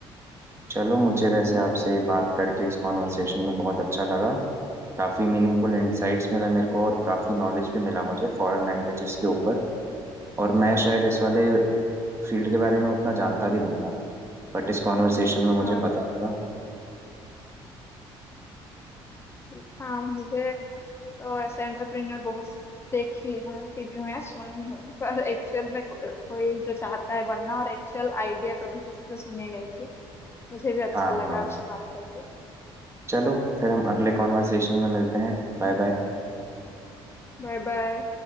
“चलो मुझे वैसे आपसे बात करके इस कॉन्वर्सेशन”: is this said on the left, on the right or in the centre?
Right